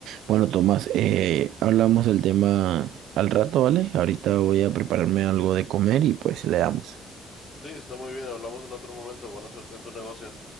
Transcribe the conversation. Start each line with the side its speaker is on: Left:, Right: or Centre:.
Right: Bueno, Tomás, eh, hablamos del tema al rato, ¿vale? Ahorita voy a prepararme algo de comer y pues le damos.
Left: Sí, está muy bien. Hablamos en otro momento. Buena suerte en tu negocio.